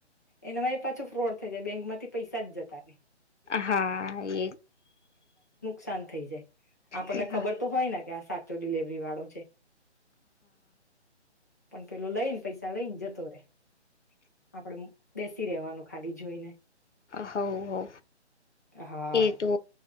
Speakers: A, on the left; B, on the left.
A: એનામાં એ પાછો ફ્રોડ થઈ જાય બેંક માંથી પૈસા જ જતા રે
B: હા એ
A: શાંત થઈ જાય આપણને
B: હા
A: ખબર તો હોય ને કે આ સાચો ડિલવરી વાળો છે પેલો લઈને પૈસા લઈને જતો રે આપડે બેસી રેવાનું ખાલી જોઈ ને
B: હ હો
A: હા
B: એ તો